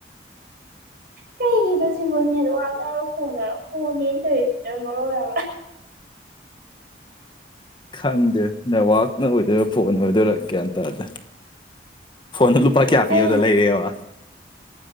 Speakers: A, on the right; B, on the left.
A: ꯀꯔꯤꯒꯤ ꯁꯤꯕꯨ ꯅꯦꯠꯋꯥꯛꯅꯔꯣ ꯐꯣꯟꯅꯔꯣ ꯐꯣꯟꯅꯦꯅ ꯇꯧꯔꯤꯁꯤꯅ ꯃꯔꯣꯟ ꯑꯃ
B: ꯈꯪꯗꯦ ꯅꯦꯠꯋꯥꯛꯅ ꯑꯣꯏꯗꯣꯏꯔꯥ ꯐꯣꯟꯅ ꯑꯣꯏꯗꯣꯏꯔꯥ ꯒ꯭ꯌꯥꯟ ꯇꯥꯗꯦ ꯐꯣꯟꯗꯣ ꯂꯨꯄꯥ ꯀꯌꯥ
A: ꯑꯩ
B: ꯄꯤꯕꯗ
A: ꯉꯁ
B: ꯂꯩꯔꯦꯕ